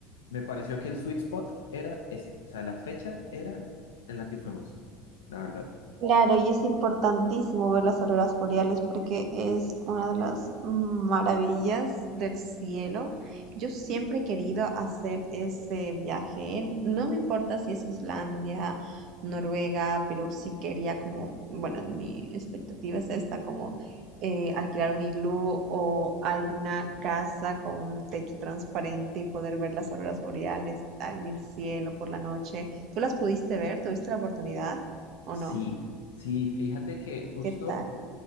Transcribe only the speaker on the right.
Claro, y es importantísimo ver las auroras boreales porque es una de las maravillas del cielo. Yo siempre he querido hacer ese viaje. No me importa si es Islandia, Noruega, pero sí quería como, bueno, mi expectativa es esta, como eh, alquilar un iglú o alguna casa con un techo transparente y poder ver las auroras boreales en el cielo por la noche. ¿Tú las pudiste ver? ¿Tuviste la oportunidad o
no?
¿Qué tal?